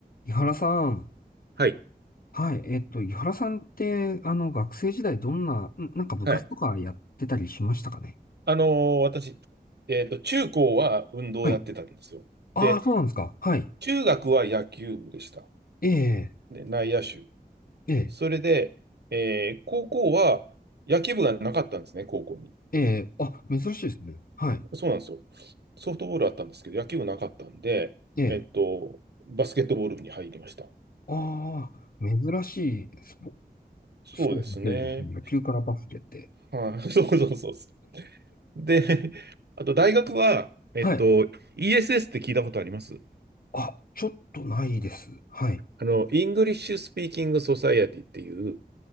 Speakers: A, on the left; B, on the right.
A: 井原さん。
B: はい。
A: はい。えっと、井原さんって、あの、学生時代どんな、んなんか部活とかやってたりしましたかね
B: はい。あのー私、えっと、中高は運動をやってたんですよ。
A: はい。ああ、
B: で、
A: そうなんですか。はい。
B: 中学は野球部でした。
A: ええ、
B: で、内野手。
A: ええ、
B: それで、えー高校は野球部がなかったんですね、高校に。
A: ええ、あ、珍しいですね。はい。
B: そうなんですよ。ソフトボールあったんですけど、野球部なかったんで、
A: ええ、
B: えっと、バスケットボール部に入りました。
A: ああ、珍しいスポ、
B: そうですね。
A: スポーツの系列ですね。野球からバスケって。
B: はい、<laughs> そうそうそうそう。で、あと大学は、えっと、
A: はい。
B: ESS って聞いたことあります
A: あ、ちょっとないです。はい。
B: あの、イングリッシュスピーキングソサイエティっていう、